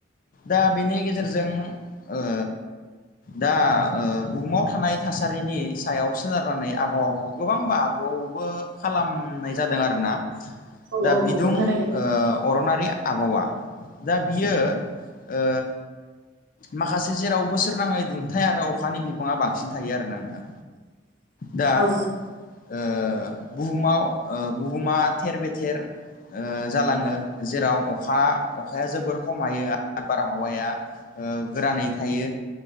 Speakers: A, on the left; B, on the right.
A: दा बेनि गेजेरजों ओ दा ओ बुहुमाव थानाय थासारिनि सायाव सोनारनानै आबहावाखौ गोबां बा <unintelligible> बो खालामनाय जादों आरोना
B: औ
A: दा
B: औ
A: बिदुं
B: नंगौ थारैनो
A: ओ अरनारि आबहावा दा बियो ओ माखासे जेराव बोसोर नाङै दुंथाय आरो अखानि बिबाङा बांसिन थायो आरो ना नोंथां। दा
B: औ
A: ओ बुहुमाव ओ बुहुमा थेर बेथेर ओ जालाङो जेराव अखा अखाया जोबोर खम हायो आरो बारहावाया ओ गोरानै थायो